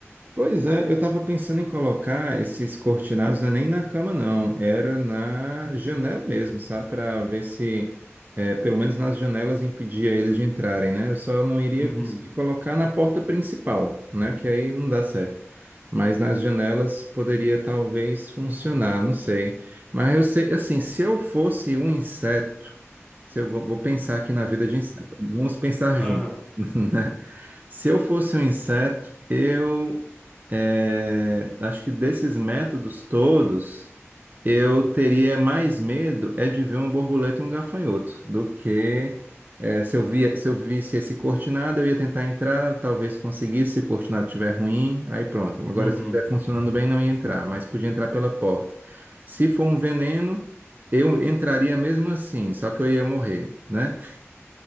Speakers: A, on the right; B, in the centre.
A: Pois é, eu estava pensando em colocar esses cortinados, não é nem na cama, não. Era na janela mesmo, sabe? Para ver se, é, pelo menos nas janelas, impedia eles de entrarem, né? Eu só não iria
B: Uhum.
A: conseguir colocar na porta principal, né? Que aí não dá certo. Mas nas janelas poderia talvez funcionar, não sei. Mas eu sei, assim, se eu fosse um inseto, se eu vou, vou pensar aqui na vida de inseto, vamos pensar
B: Aham.
A: junto. <laughs> Se eu fosse um inseto, eu eh, acho que desses métodos todos, eu teria mais medo é de ver uma borboleta e um gafanhoto do que eh, se eu via, se eu visse esse cortinado, eu ia tentar entrar, talvez conseguisse, se o cortinado estiver ruim, aí pronto. Agora,
B: Uhum.
A: se estiver funcionando bem, não ia entrar, mas podia entrar pela porta. Se for um veneno, eu entraria mesmo assim, só que eu ia morrer, né?